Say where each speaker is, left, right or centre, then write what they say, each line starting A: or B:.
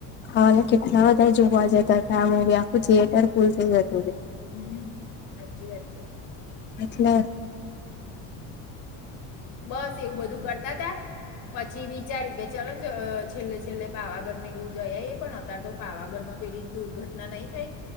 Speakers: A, on the left; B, on the left.
A: હા, કેટલા બધા જોવા જતા હતા આ મુવી આખું થિયેટર ફૂલ થઈ જતું હતું
B: હમ, સાચી વાત છે
A: મતલબ
B: બસ એવું બધું કરતા તા પછી વિચાર્યું કે ચલન છેલ્લે છેલ્લે પાવાગઢ ને એવું જ ઈ આઇએ પણ અત્યારે તો પાવાગઢમાં પેલી દુર્ઘટના નહી થઈ